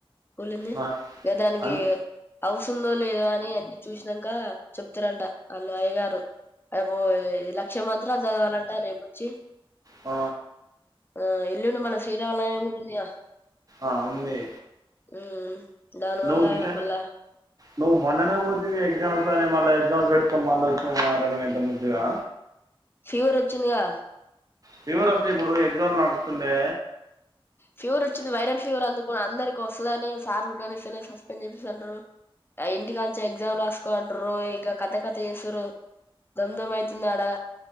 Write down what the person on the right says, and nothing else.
ఆ
అన్
ఆ
ఆ ఉంది
నువ్వు నిన్న
నువ్వు మొన్ననే పోతివి ఎగ్జామ్స్ అని, మళ్ళ ఎగ్జామ్స్ పెట్టుకొని మళ్ళీ వచ్చినవార నువ్వు ఎంత ముద్దుగా.
ఫీవర్ వస్తే ఇప్పుడు ఎగ్జామ్స్ లు నడుస్తుండే.